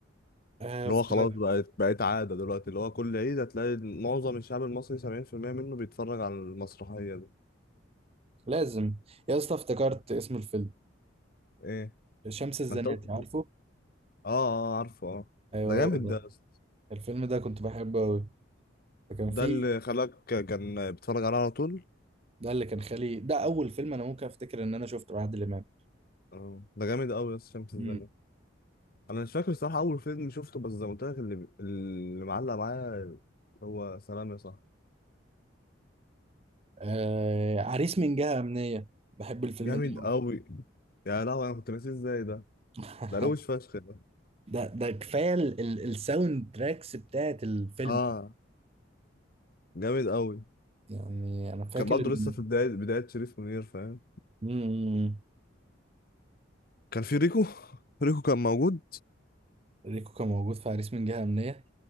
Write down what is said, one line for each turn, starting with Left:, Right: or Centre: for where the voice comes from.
Right: آه،
Left: اللي
Right: افتكرت.
Left: هو خلاص بقت بقت عادة دلوقتي اللي هو كل عيد هتلاقي معظم الشعب المصري 70% منه بيتفرج على المسرحية دي
Right: لازم يا اسطى افتكرت اسم الفيلم
Left: ايه
Right: شمس الزناتي
Left: ما انت قلت-
Right: عارفه
Left: اه اه عارفه اه
Right: ايوه
Left: ده جامد
Right: هو ده
Left: ده يا اسطى.
Right: الفيلم ده كنت بحبه قوي فكان
Left: ده
Right: فيه
Left: اللي خلاك كان بيتفرج عليها على طول
Right: ده اللي كان خالي ده اول فيلم انا ممكن افتكر ان انا شفته لعادل امام
Left: اه ده جامد قوي يا اسطى شمس الزمان
Right: امم
Left: انا مش فاكر الصراحه اول فيلم شفته بس زي ما قلت لك اللي اللي معلق معايا هو سلام يا صاحبي
Right: آه... عريس من جهة أمنية بحب الفيلم
Left: جامد
Right: ده أوي.
Left: قوي يا لهوي انا كنت ناسيه ازاي ده
Right: <laughs>
Left: ده روش فشخ ده
Right: ده ده كفاية ال... ال... الساوند تراكس بتاعت الفيلم
Left: اه جامد قوي
Right: يعني انا فاكر
Left: كان برضه لسه
Right: ان
Left: في بدايه بدايه شريف منير فاهم
Right: مم.
Left: كان في ريكو <laughs> ريكو كان موجود
Right: ريكو كان موجود في عريس من جهة أمنية